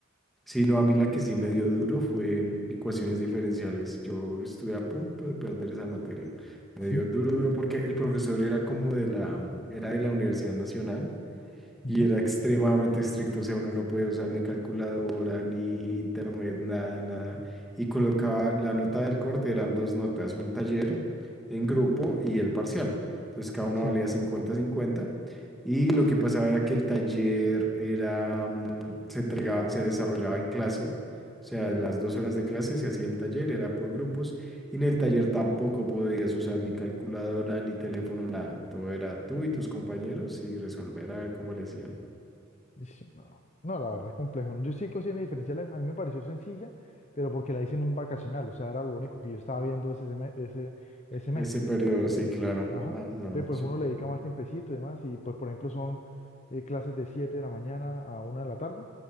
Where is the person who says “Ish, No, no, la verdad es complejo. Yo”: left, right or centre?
Left